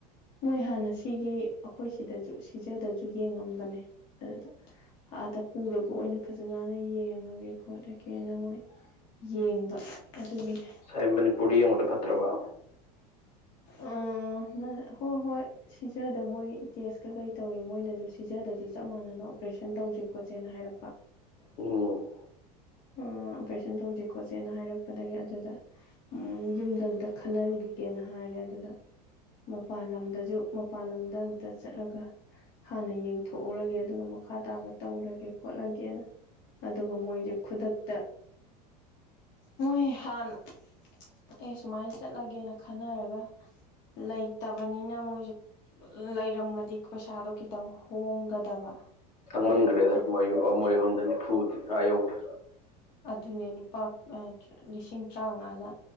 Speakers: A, on the left; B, on the left.
A: ꯃꯣꯏ ꯍꯥꯟꯅ ꯁꯤꯒꯤ ꯑꯈꯣꯏ ꯁꯤꯖꯤꯗꯖꯨ ꯁꯤꯖꯗꯁꯨ ꯌꯦꯡꯉꯝꯕꯅꯦ ꯑꯗꯨꯗꯥ ꯑꯥꯗ ꯄꯨꯔꯒ ꯑꯣꯏꯅ ꯐꯖꯅ ꯍꯥꯟꯅ ꯌꯦꯡꯉꯒꯦ ꯈꯣꯠꯂꯒꯦꯅ ꯃꯣꯏ ꯌꯦꯡꯕ ꯑꯗꯨꯒꯤꯅꯦ
B: ꯁꯥꯏ ꯃꯅꯤꯄꯨꯔꯗ ꯌꯦꯡꯕꯗ ꯐꯠꯇ꯭ꯔꯕ
A: ꯎꯝ ꯎꯝ ꯅ ꯍꯣ ꯍꯣꯏ ꯁꯤꯖꯗ ꯃꯣꯏ ꯇꯦꯁꯀ ꯀꯩ ꯇꯧꯔꯤ ꯃꯣꯏꯅꯖꯨ ꯁꯤꯖꯗꯁꯨ ꯆꯞ ꯃꯥꯟꯅꯅ ꯑꯣꯄ꯭ꯔꯦꯁꯟ ꯇꯧꯖꯦ ꯈꯣꯠꯁꯦꯅ ꯍꯥꯏꯔꯛꯄ
B: ꯎꯝ
A: ꯎꯝ ꯑꯣꯄ꯭ꯔꯦꯁꯟ ꯇꯧꯖꯦ ꯈꯣꯠꯁꯦꯅ ꯍꯥꯏꯔꯛꯄꯗꯒꯤ ꯑꯗꯨꯗ ꯎꯝ ꯌꯨꯝꯗ ꯑꯝꯇ ꯈꯟꯅꯔꯨꯒꯦ ꯒꯦꯅ ꯍꯥꯏꯔꯦ ꯑꯗꯨꯗ ꯃꯄꯥꯥꯜ ꯂꯝꯗꯖꯨ ꯃꯄꯥꯜ ꯂꯝꯗ ꯑꯝꯇ ꯆꯠꯂꯒ ꯍꯥꯟꯅ ꯌꯦꯡꯊꯣꯛꯎꯔꯒꯦ ꯑꯗꯨꯒ ꯃ ꯃꯈꯥ ꯇꯥꯕ ꯇꯧꯔꯒꯦ ꯈꯣꯠꯂꯒꯦꯅ ꯑꯗꯨꯒ ꯃꯣꯏꯖꯦ ꯈꯨꯗꯛꯇ ꯃꯣꯏ ꯍꯥꯟꯅ ꯑꯩ ꯁꯨꯃꯥꯏꯟ ꯆꯠꯂꯒꯦꯅ ꯈꯟꯅꯔꯒ ꯂꯩꯇꯕꯅꯤꯅ ꯃꯣꯏꯖꯦ ꯂꯩꯔꯝꯃꯗꯤ ꯄꯩꯁꯥꯗꯣ ꯈꯤꯇꯪ ꯍꯣꯡꯒꯗꯕ
B: ꯃꯟꯒ꯭ꯔꯦꯗ
A: ꯑꯗ ꯈꯨꯠ
B: ꯃꯣꯏ ꯑꯃꯣꯏ ꯑꯍꯨꯝꯗ ꯅꯤꯐꯨꯗꯤ ꯑꯥ ꯌꯧꯒ꯭ꯔꯦ
A: ꯑꯗꯨꯅꯦ ꯂꯨꯄꯥ ꯑ ꯂꯤꯁꯤꯡ ꯇ꯭ꯔꯥꯉꯥꯅ